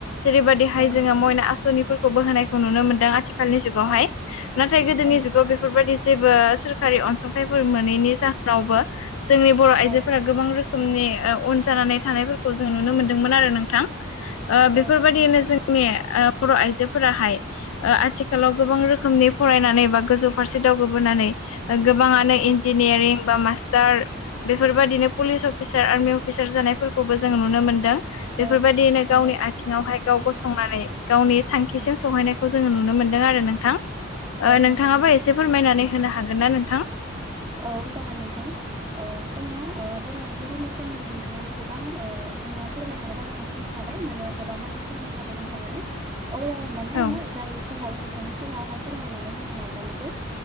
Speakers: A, on the left; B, on the right.
A: जेरैबायदिहाय
B: औ नंगौ
A: जोङो मयना आसनिफोरखौबो होनायखौ नुनो मोनदों आथिखालनि जुगावहाय
B: औ
A: नाथाय गोदोनि
B: औ
A: जुगाव बेफोरबायदि जेबो सोरखारि अनसुंथाइफोर मोनैनि जाहोनावबो जोंनि बर' आइजोफोरा
B: औ
A: गोबां रोखोमनि उन जानानै थानायफोरखौ जोङो नुनो मोनदोंमोन आरो नोंथां ओ बेफोरबायदिनो
B: औ नंगौ नोंथां
A: जोंनि बर' आइजोफोराहाय आथिखालाव गोबां रोखोमनि फरायनानै बा गोजौ फारसे दावगाबोनानै गोबाङानो
B: औ
A: इन्जिनियारिं बा मास्टार बेफोरबायदिनो पुलिस अफिसार आर्मि अफिसार जानायफोरखौबो जोङो नुनो मोनदों बेफोरबायदिनो
B: औ नंगौ
A: गावनि आ- -थिङावहाय गाव गसंनानै गावनि थांखिसिम सहैनायखौ जोङो नुनो मोनदों आरो नोंथां
B: औ
A: ओ नोंथाङाबो
B: नंगौ नोंथां
A: एसे फोरमायनानै होनो हागोन ना नोंथां?
B: औ जागोन नोंथां ओ जोंना ओ बर' आइजोफोरनि सोमोन्दै नोंथाङानो गोबां ओ जोंना फोरमायनानै गालां- बाय माने गोबां बाथ्रा फोरबायखाबाय नोंथाङानो अब्लाबो माने
A: औ
B: आङो जा एसे हायो नोंथांनि सिगाङावहाय फोरमायनानै होनो नाजानोसै